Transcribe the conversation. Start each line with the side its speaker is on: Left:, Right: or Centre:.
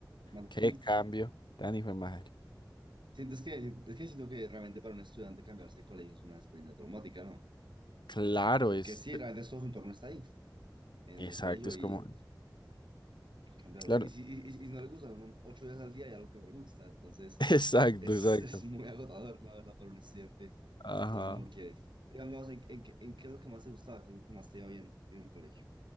Right: No,
Left: qué
Right: sí.
Left: cambio, tan hijo de madre.
Right: Sientes que, es que siento que realmente para un estudiante cambiarse de colegio es una experiencia traumática, ¿no?
Left: Claro,
Right: Porque
Left: es
Right: sí, realmente todo su entorno está ahí, en
Left: exacto,
Right: el colegio
Left: es
Right: y
Left: como,
Right: cambiarlo.
Left: claro,
Right: Y si y, y- y si no le gusta, son ocho días al día y algo que no le gusta, entonces...
Left: <laughs> exacto,
Right: Es,
Left: exacto.
Right: <laughs> es muy agotador, la verdad, para un estudiante
Left: Ajá.
Right: Entonces no quieres. Digamos, ¿en, en, qué en qué es lo que más te gustaba? ¿Qué es lo que más te iba bien a ti en el colegio?